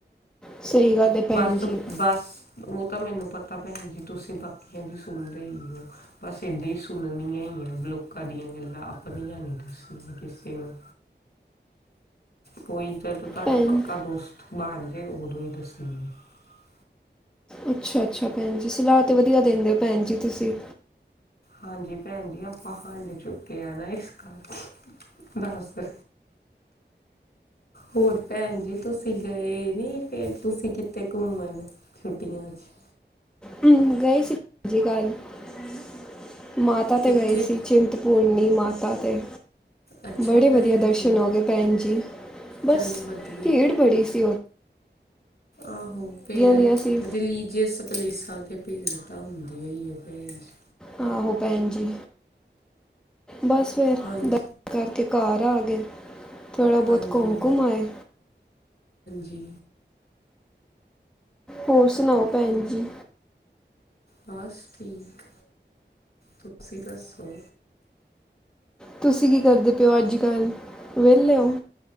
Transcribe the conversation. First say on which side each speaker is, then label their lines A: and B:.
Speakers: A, in the centre; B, on the left.
A: ਸਹੀ ਗੱਲ ਹੈ ਭੈਣ
B: ਬਸ
A: ਜੀ
B: ਬਸ ਉਹ ਤਾਂ ਮੈਨੂੰ ਪਤਾ। ਤਾਂ ਭੈਣ ਜੀ ਤੁਸੀਂ ਬਾਕੀਆਂ ਦੀ ਸੁਣਦੇ ਹੀ ਹੋ ਬਸ ਏਦਾਂ ਹੀ ਸੁਣਨੀਆਂ ਹੀ ਹੈ ਲੋਕਾਂ ਦੀਆਂ ਗੱਲਾਂ ਆਪਣੀਆਂ ਨੀ ਦੱਸਣੀਆਂ ਕਿਸੇ ਨੂੰ ਕੋਈ। ਫੇਰ ਤੂੰ ਤੁਹਾਡਾ
A: ਭੈਣ
B: ਪੱਕਾ ਦੋਸਤ। ਬਣ ਜਿਉ ਉਦੋਂ ਹੀ ਤੁਸੀਂ। <unintelligible>
A: ਅੱਛਾ-ਅੱਛਾ ਭੈਣ ਜੀ ਸਲਾਹ ਤੇ ਵਧੀਆ ਦਿੰਦੇ ਹੋ ਭੈਣ ਜੀ ਤੁਸੀਂ।
B: ਹਾਂਜੀ ਭੈਣ ਜੀ ਆਪਾਂ ਹੰਡ ਚੁੱਕੇ ਆ ਨਾ ਇਸ ਕਰ ਕੇ। ਹੋਰ ਭੈਣ ਜੀ ਤੁਸੀਂ ਗਏ ਨੀ? ਫਿਰ ਤੁਸੀਂ ਕਿੱਥੇ ਘੁੰਮਣ ਛੁੱਟੀਆਂ 'ਚ
A: ਹੂੰ, ਗਏ ਸੀ ਸ ਜੀ <inaudible> ਮਾਤਾ
B: ਕਿੱਥੇ
A: ਤੇ ਗਏ ਸੀ ਚਿੰਤਪੂਰ ਨੀ ਮਾਤਾ ਤੇ।
B: ਅੱਛਾ
A: ਬੜੇ ਵਧੀਆ
B: ਭੈਣ
A: ਦਰਸ਼ਨ
B: ਜੀ
A: ਹੋ ਗਏ ਭੈਣ ਜੀ ਬਸ
B: ਚਲੋ ਵਧੀਆ
A: ਭੀੜ ਬੜੀ ਸੀ ਉਥੇ।
B: ਆਹੋ ਫਿਰ
A: ਦੀਆਂ ਸੀ
B: ਰਿਲੀਜੀਅਸ ਪਲੇਸ <inaudible> ਥਾਂ ਤੇ ਭੀੜ ਤਾਂ ਹੁੰਦੀ ਹੀ ਹੈ ਭੇਜ <inaudible>
A: ਆਹੋ ਭੈਣ ਜੀ। ਬਸ ਫਿਰ
B: ਹਾਂਜੀ
A: ਦਰਸ਼ਨ ਕਰਕੇ। ਘਰ ਆ ਗਏ। ਥੋੜ੍ਹਾ ਬਹੁਤ
B: ਹਾਂਜੀ
A: ਘੁੰਮ-ਘੁੰਮ ਆਏ।
B: ਜੀ।
A: ਹੋਰ ਸੁਣਾਓ ਭੈਣ ਜੀ।
B: ਬਸ ਠੀਕ ਤੁਸੀਂ ਦੱਸੋ।
A: ਤੁਸੀਂ ਕੀ ਕਰਦੇ ਪਏ ਹੋ ਅੱਜ ਕੱਲ ਵਿਹਲੇ ਓ?